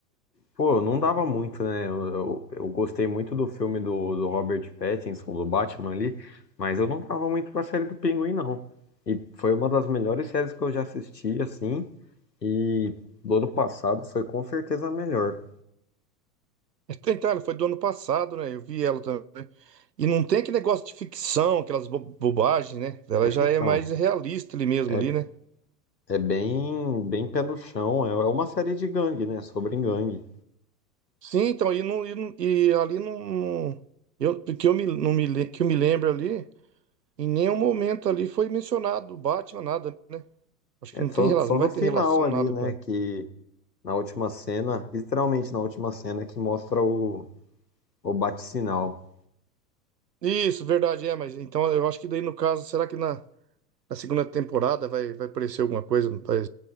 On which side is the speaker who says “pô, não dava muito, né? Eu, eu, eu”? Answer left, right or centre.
Left